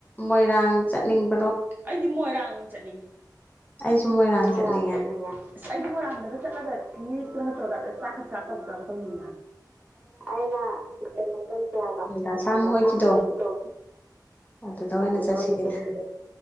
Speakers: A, on the left; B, on the right.
A: ꯃꯣꯏꯔꯥꯡ ꯆꯠꯅꯤꯡꯕ
B: ꯑꯩꯗꯤ ꯃꯣꯏꯔꯥꯡ ꯑꯣꯏꯅ ꯆꯠꯅꯤꯡꯉꯤ
A: ꯑꯩꯁꯨ
B: ꯃꯣꯏꯔꯥꯡ
A: ꯆꯠꯅꯤꯡꯉꯦ
B: ꯆꯠꯅꯉ ꯑꯁ ꯑꯩꯗꯤ ꯃꯣꯏꯔꯥꯡꯗꯒ ꯆꯠꯂꯒꯠ ꯇ ꯇꯔꯒ ꯆꯈꯠ ꯆꯥꯇ ꯎꯗ ꯇꯧꯅꯤ ꯑꯩꯅ ꯀꯩꯅꯣ ꯇꯧꯁꯦ ꯍꯥꯏꯕꯁꯥꯝ
A: ꯗꯥꯁꯥꯝ ꯍꯣꯏꯒꯤꯗꯣ
B: ꯍꯣꯏꯁꯤꯗꯣ
A: ꯑꯗꯨꯗ ꯑꯣꯏꯅ
B: ꯑ
A: ꯆꯠꯁꯦꯅ
B: ꯇꯋꯅ ꯆꯁꯤꯔ